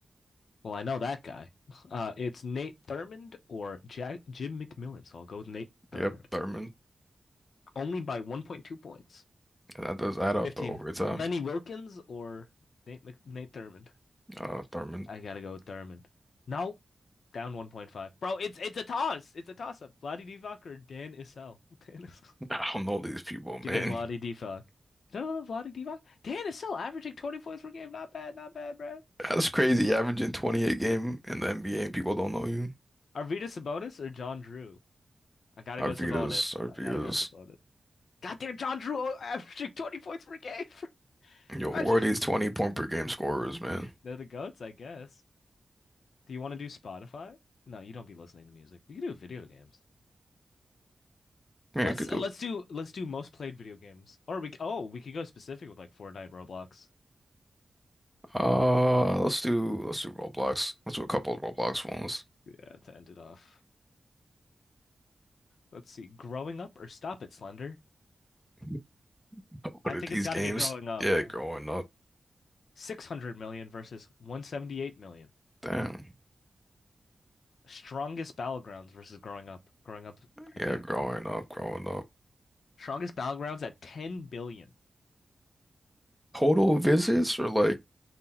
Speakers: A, on the left (about 80°); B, in the centre.
A: well, I know that guy. Uh, it's Nate Thurmond or Jack Jim McMillan, so I'll go with Nate Thurmond.
B: Yep, Thurman.
A: Only by 1.2 points.
B: That does add up
A: 15.
B: to overtime.
A: Lenny Wilkins or Nate Mc- Nate Thurmond?
B: Uh, Thurman.
A: I gotta go with Thurmond. No, down 1.5. Bro, it's it's a toss. It's a toss up. Vladi Divac or Dan Issel? Dan Issel.
B: <laughs> I don't know these people,
A: <laughs>
B: man.
A: Give me Vladi
B: <laughs>
A: Divac. No, no, no, Vladi Divac. Dan Issel averaging 20 points per game. Not bad, not bad, bro.
B: That's crazy. Averaging 28 game in the NBA and people don't know you.
A: Arvidas Sabonis or John Drew? I gotta
B: Arvidas,
A: go Sabonis.
B: Arvidas.
A: I gotta go Sabonis. Goddamn, John Drew averaging 20 points per game. <laughs>
B: Yo,
A: Imagine
B: who are these 20 point per game scorers, man?
A: they're the goats, I guess. Do you want to do Spotify? No, you don't be listening to music. We can do video games.
B: Yeah,
A: Let's
B: I could do
A: uh, let's
B: it.
A: do let's do most played video games. Or we oh we could go specific with like Fortnite, Roblox.
B: Uh,
A: So,
B: let's do let's do Roblox. Let's do a couple of Roblox ones.
A: yeah, to end it off. Let's see. Growing up or stop it, Slender?
B: <laughs> What
A: I think
B: are these
A: it's got
B: games?
A: to be growing up.
B: Yeah, growing up.
A: 600 million versus 178 million.
B: Damn.
A: Strongest battlegrounds versus growing up. Growing up, I
B: Yeah,
A: think.
B: growing up, growing up.
A: Strongest battlegrounds at 10 billion.
B: Total visits or like